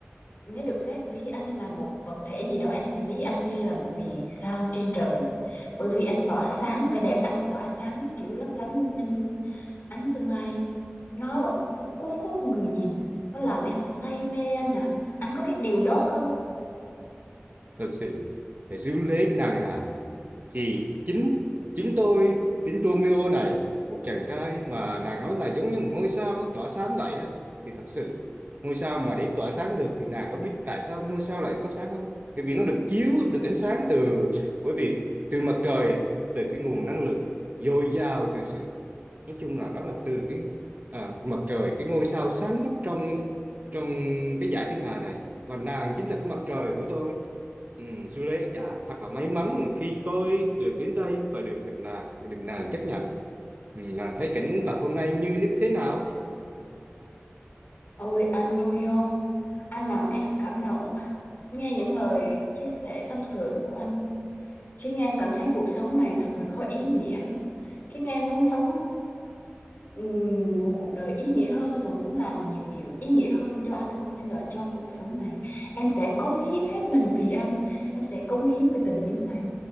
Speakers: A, on the left (about 50°); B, on the right (about 40°).
A: nếu được phép ví anh là một vật thể gì đó em sẽ ví anh như là một vì sao trên trời. Bởi vì anh tỏa sáng, vẻ đẹp anh tỏa sáng kiểu lấp lánh lung linh ánh sương mai, nó cuốn hút người nhìn, nó làm em say mê anh ạ. Anh có biết điều đó không?
B: thật sự phải giữ lấy nàng à thì chính chính tôi chính Romeo này một chàng trai mà nàng nói là giống như một ngôi sao tỏa sáng vậy á thì thật sự ngôi sao mà để tỏa sáng được thì nàng có biết tại sao ngôi sao lại phát sáng không bởi vì nó được chiếu được ánh sáng từ bởi vì từ mặt trời từ cái nguồn năng lượng dồi dào từ sự nói chung là đó là từ cái à, mặt trời cái ngôi sao sáng nhất trong trong cái dải thiên hà này và nàng chính là cái mặt trời của tôi ừ, Juliet à thật là may mắn mà khi tôi được đến đây và được gặp nàng được nàng chấp nhận ừ, nàng thấy cảnh vật hôm nay như thế thế nào
A: Ôi anh Romeo, anh làm em cảm động quá. Nghe những lời chia sẻ tâm sự của anh khiến em cảm thấy cuộc sống này thật là có ý nghĩa, khiến em muốn sống Ừm, một cuộc đời ý nghĩa hơn và muốn làm nhiều điều ý nghĩa hơn cho anh cũng như là cho cuộc sống này. Em sẽ cống hiến hết mình vì anh, em sẽ cống hiến về tình yêu này,